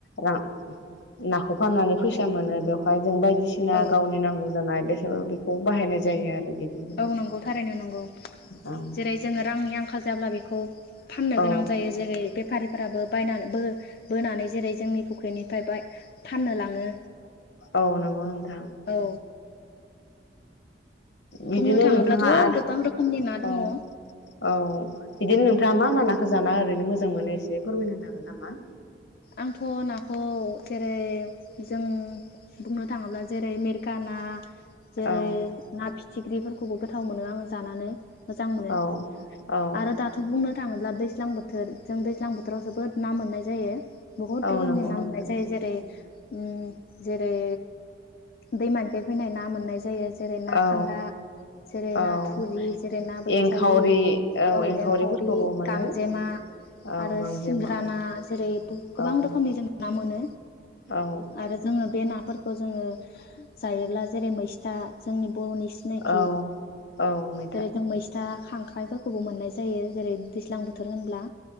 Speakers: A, on the left; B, on the left.
A: रां ना खौ फाननानै फैसा मोनो बेवहाय जों बाय दिसिना
B: औ
A: गावनि नांगौ जानाय <unintelligible> खौ बाहायनाय जायो आरो। बिदिनो
B: औ नंगौ थारैनो <unintelligible> गौ
A: औ
B: जेरै जोङो रांनि आं खा जायाब्ला बेखौ। फाननो
A: औ
B: गोनां जायो जेरै बेफारिफोराबो बायनानैबो। बोनानै जेरै जोंनि फुख्रिनि। फायबाय फाननो लाङो
A: औ नंगौ नोंथां
B: औ।
A: बिदिनो
B: बुंनो थाङोब्लाथ
A: नोंथाङा
B: गोबां
A: आरो
B: रोखोमनि ना दङ।
A: औ औ बिदिनो नोंथाङा मा मा नाखौ जानो? ओरैनो मोजां मोनो एसे फोरमायनो हागोन नामा?
B: आंथ नाखौ जेरै जों बुंनो थाङोब्ला जेरै मेरिका ना जेरै
A: औ
B: ना फिथ। फिख्रिफोरखौबो गोथाव मोनो आङो जानानै। मोजां मोनो
A: औ औ
B: आरो दाथ बुंनो। थाङोब्ला दैज्लां बोथोर जों दैज्लां बोथोराव जोबोद ना मोननाय जायो। बुहुत
A: औ
B: रोखोमनि
A: नंगौ
B: ना
A: नोंथां
B: मोननाय जायो जेरै उम जेरै दैमानिफ्राय फैनाय ना मोननाय ज जायो जेरै ना
A: औ
B: खान्दा जेरै
A: औ
B: ना थुरि जेरै ना बोथियालि
A: एंखावरि
B: औ
A: एंखावरिफोरखौबो
B: एंखावरि
A: मोनो
B: गांजेमा
A: औ
B: आरो
A: गांजेमाव
B: सिंग्रा ना जेरै ब गोबां
A: औ
B: रोखनि जों ना मोनो।
A: औ
B: आरो जोङो बे ना फोरखौ जोङो जायोब्ला जेरै मैस्था जोंनि बर'नि सिनायथि
A: औ औ मैथा
B: जेरै जों मैस दा खांख्राइफोरखौबो मोननाय जायो जेरै दैज्लां बोथोर होनब्ला